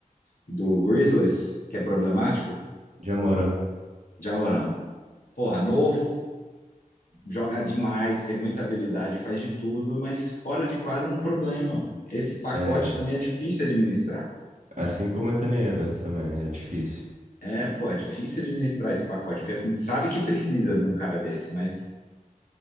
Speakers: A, on the left (about 80°); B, on the right (about 55°).
A: do Grizzlies, que é problemático?
B: Já Moran.
A: Jamoran. Porra, novo, joga demais, tem muita habilidade, faz de tudo, mas fora de quadra é um problema. Esse pacote
B: É,
A: também é difícil administrar.
B: assim como o Anthony Edwards também, é difícil.
A: É, pô, é difícil administrar esse pacote, porque assim, sabe que precisa de um cara desse, mas